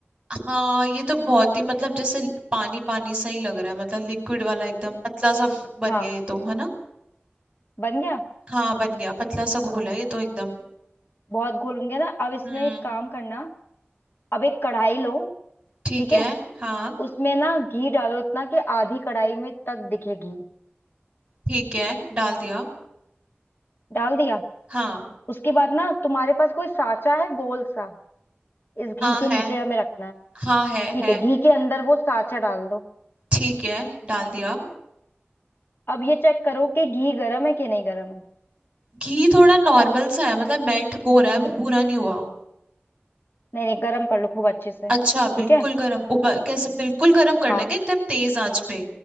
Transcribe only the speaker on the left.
हाँ
बन गया
बहुत घोल बन गया ना अब इसमें
एक काम करना अब एक कढ़ाई लो
ठीक
है
उसमें ना घी डालो इतना कि आधी कढ़ाई में तक दिखे घी
डाल दिया
उसके बाद ना तुम्हारे पास कोई साचा है गोल सा इस घी
के नीचे
हमें रखना है
ठीक
है घी के अंदर वो साचा डाल दो
अब ये चेक करो कि घी गर्म है कि नहीं गर्म है
नहीं नहीं गर्म कर लो खूब अच्छे से
ठीक है
हाँ